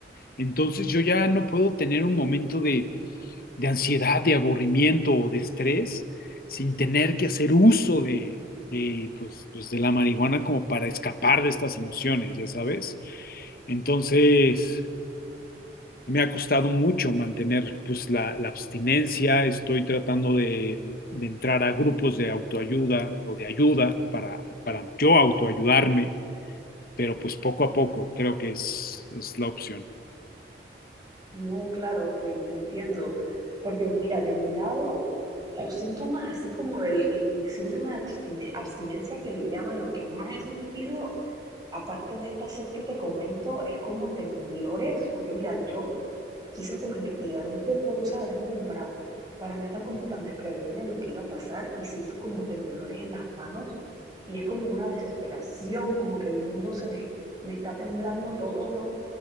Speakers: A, on the left; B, on the right.
A: Entonces yo ya no puedo tener un momento de de ansiedad, de aburrimiento o de estrés, sin tener que hacer uso de, de, pues, pues, de la marihuana como para escapar de estas emociones, ya sabes. Entonces, me ha costado mucho mantener pues, la, la abstinencia, estoy tratando de, de entrar a grupos de autoayuda o de ayuda para, para yo autoayudarme, pero pues poco a poco creo que es, es la opción.
B: No, claro, te, te entiendo, porque mira, de mi lado, los síntomas así como del el síndrome de abstine- abstinencia que le llaman, lo que más he sentido, aparte de esta sed que te comento, es como temblores, porque mira, yo quise como investigar un poco, tú sabes, ¿no? Como para, para no estar como tan desprevenida en lo que iba a pasar y siento como temblores en las manos y es como una desesperación, como que el mundo se me, me está temblando todo, ¿no?